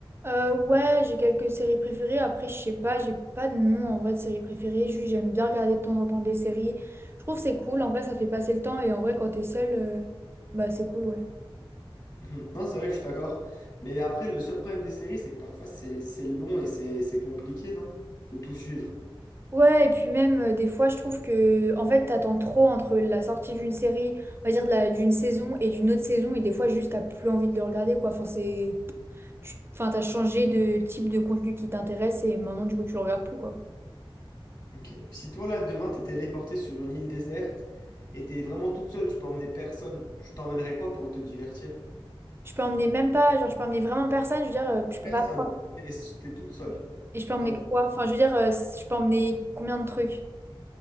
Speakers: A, on the right; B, on the left.
A: Euh, ouais, j'ai quelques séries préférées. Après, je sais pas, j'ai pas de nom en vrai de séries préférées. Juste, j'aime bien regarder de temps en temps des séries. Je trouve que c'est cool. En vrai, ça fait passer le temps. Et en vrai, quand t'es seule, euh, bah c'est cool, ouais.
B: Mhm. Non, c'est vrai que je suis d'accord. Mais après, le seul problème des séries, c'est que parfois, c'est c'est long et c'est c'est compliqué, non? De tout suivre.
A: Ouais, et puis même, euh, des fois, je trouve que, en fait, t'attends trop entre la sortie d'une série, on va dire de la- d'une saison et d'une autre saison. Et des fois, juste, t'as plus envie de le regarder, quoi. Enfin, c'est. tu- Enfin, t'as changé de type de contenu qui t'intéresse et maintenant, du coup, tu le regardes plus, quoi.
B: Ok. Si toi, là, demain, t'es téléporté sur une île déserte et t'es vraiment toute seule, tu peux emmener personne, tu t'emmènerais quoi pour te divertir?
A: Je peux emmener même pas, genre, je peux emmener vraiment personne. Je veux dire, euh, je peux
B: Personne.
A: pas.
B: T'es t'es toute seule.
A: Et je peux emmener
B: T'emmènes
A: quoi?
B: quoi
A: Enfin, je veux dire, euh, je peux emmener combien de trucs?